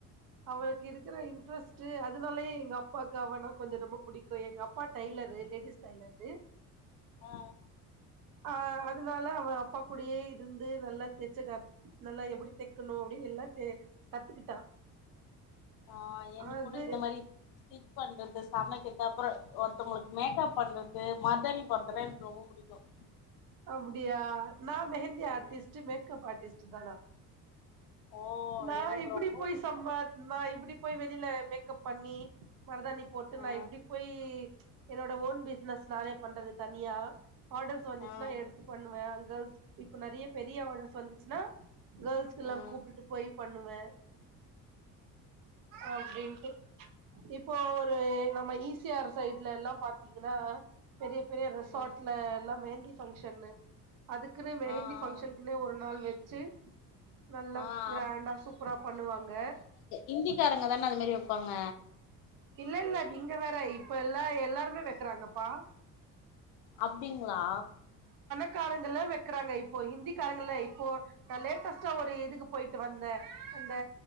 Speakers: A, on the right; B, on the left.
A: அவளுக்கு இருக்கிற இன்ட்ரெஸ்ட் அதனாலயே எங்க அப்பாக்கு அவனா கொஞ்சம் ரொம்ப பிடிக்கு எங்க அப்பா டைலரு லேடிஸ் டைலரு
B: ஆ
A: அஹ் அதனால அவ அப்பா கூடேயே இருந்து நல்லா தச்சு க நல்லா எப்படி தைக்கணு அப்டியே எல்லா கத்துக்கிட்டா
B: ஆஹ் எனக்
A: அது
B: கூட இந்த மாரி ஸிட்ச் பண்றது சமைக்கிறது அப்பறம் ஒருத்தவங்களுக்கு மேக்கப் பண்ற து மருதாணி போடறதுலா எனக்கு ரொம்ப பிடிக்கு கு
A: அப்டியா நா மெஹந்தி
B: ம்
A: ஆர்டிஸ்ட் மேக்கப் ஆர்டிஸ்ட் சுதலா
B: ஓ
A: நா
B: எனக்கு
A: இப்டி
B: ரொம்ப
A: போய்
B: புடிக்கு
A: சம நா இப்டி போய் வெளியில மேக்கப் பண்ணி மருதாணி போட்டு நா
B: ஆ
A: இப்டி போய் என்னோட ஓன் பிசினஸ் நானே பண்றது தனியா ஆர்டர்ஸ் வந்துச்
B: ஆ
A: ன்னா எடுத்து பண்ணுவே கேர்ள்ஸ் இப்ப நிறைய பெரிய ஆர்டர்ஸ் வந்துச்சுன்னா கேர்ள்ஸ்கல்லா
B: ஆ
A: கூப்டுட்டு போய் பண்ணுவே அப்டின்ட்டு இப்போ ஒரு நம்ம ஈ சி ஆர் சைட்லல்லா பாத்தீங்கன்னா பெரிய பெரிய ரிசார்ட்ல
B: ம்
A: எல்லா மெஹந்தி ஃப்பங்ஷனு அதுக்குனு மெஹந்தி
B: ஆ ஆ
A: ஃபங்ஷனுக்குனே ஒரு நாள் வெ ச்சு நல்லா
B: ஆ
A: கிராண்டா
B: ஆம்
A: சூப்பரா பண்ணுவாங்க
B: இந்திகாரங்க தான அத மாரி வப்பாங்க
A: இல்ல இல்ல நீங்க வேற இப்ப எல்லா எல்லாருமே வெக்கிறாங்கப்பா
B: அப்டிங்ளா
A: க்காரங்களு வெக்றாங்க இப்போ ஹிந்தி காரங்க இல்ல இப்போ நா லேட்டஸ்ட்டா ஒரு இதுக்கு போய்ட்டு வந்த அந் த